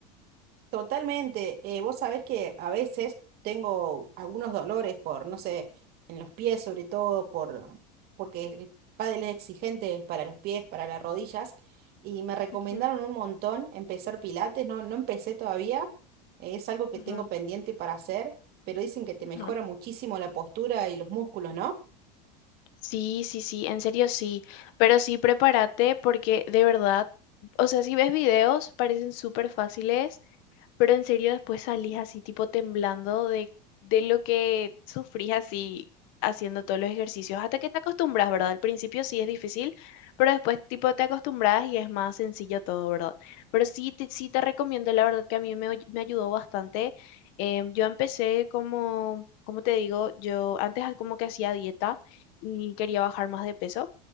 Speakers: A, on the right (about 50°); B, on the left (about 60°).
A: Totalmente. Eh, vos sabés que a veces tengo algunos dolores por, no sé, en los pies sobre todo, por, porque el pádel es exigente para los pies, para las rodillas, y me recomendaron
B: Ujú,
A: un montón empezar pilates, no, no empecé todavía, eh, es algo que
B: ujú,
A: tengo pendiente para hacer, pero dicen que te
B: ujú.
A: mejora muchísimo la postura y los músculos, ¿no?
B: Sí, sí, sí, en serio sí. Pero sí, prepárate porque de verdad, o sea, si ves videos, parecen súper fáciles Pero en serio después salís así tipo temblando de, de lo que sufrís así haciendo todos los ejercicios, hasta que te acostumbras, ¿verdad? Al principio sí es difícil, pero después tipo te acostumbras y es más sencillo todo, ¿verdad? Pero sí te, sí te recomiendo, la verdad que a mí me, oy- me ayudó bastante. Em, yo empecé como, como te digo, yo antes como que hacía dieta y quería bajar más de peso.